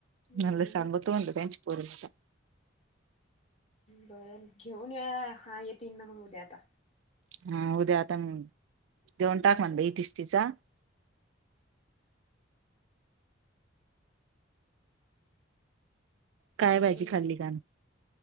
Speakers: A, on the right (about 85°); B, on the left (about 35°).
A: <inaudible> नला
B: नाही
A: सभत्व
B: ना
A: अ काच परच <inaudible>
B: बरं घेऊन ये हा येतील ना मग उद्या आता.
A: हा उद्या आता मग देऊन टाकाना तिसच तिचा काय भाजी
B: हम्
A: खाल्ली का